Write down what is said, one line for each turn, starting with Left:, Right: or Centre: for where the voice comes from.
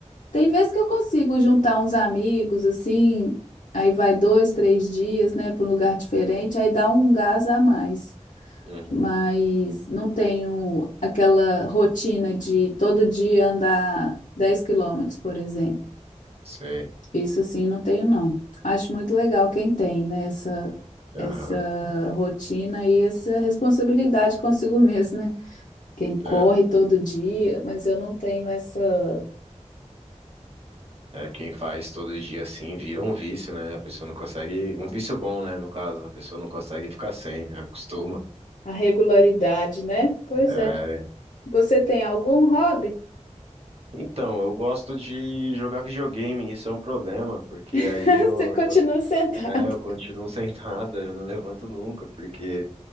Left: Tem vezes que eu consigo juntar uns amigos, assim, aí vai dois, três dias, né, para um lugar diferente, aí dá um gás a mais.
Right: Uhum,
Left: Mas não tenho aquela rotina de todo dia andar 10 quilômetros, por exemplo.
Right: sei.
Left: Isso assim não tenho, não. Acho muito legal quem tem, né, essa,
Right: Aham.
Left: essa rotina e essa responsabilidade consigo mesmo, né? Quem corre
Right: É,
Left: todo dia, mas eu não tenho essa
Right: é quem faz todo dia assim vira um vício, né? A pessoa não consegue, um vício bom, né? No caso, a pessoa não consegue ficar sem, acostuma.
Left: a regularidade, né? Pois
Right: É,
Left: é. Você tem algum hobby?
Right: Então, eu gosto de jogar videogame, isso é um problema, porque
Left: <laughs>
Right: aí eu,
Left: Você continua
Right: eu-
Left: sentado.
Right: é, eu continuo <laughs> sentado, eu não levanto nunca, porque